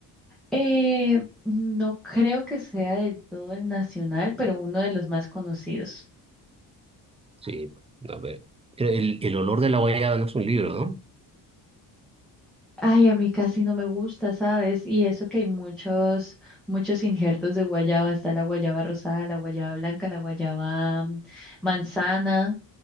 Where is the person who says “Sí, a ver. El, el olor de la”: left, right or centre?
Right